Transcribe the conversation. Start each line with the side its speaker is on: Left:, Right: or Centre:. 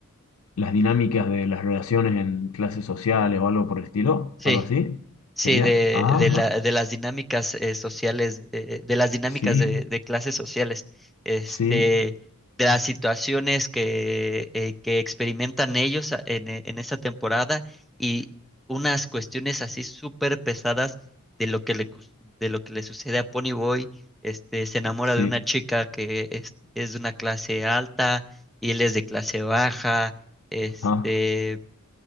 Left: las dinámicas de las relaciones en clases sociales o algo por el estilo,
Centre: Sí.
Left: algo así,
Centre: Sí,
Left: sería.
Centre: de,
Left: Ajá,
Centre: de la, de las dinámicas eh, sociales, eh, de las dinámicas
Left: sí,
Centre: de, de clases sociales, este,
Left: sí,
Centre: de las situaciones que, eh, que experimentan ellos a- en, e- en esta temporada y unas cuestiones así súper pesadas de lo que le, cus- de lo que le sucede a Ponyboy. Este, se enamora
Left: sí,
Centre: de una chica que este, es de una clase alta y él es de clase baja. Este,
Left: ajá,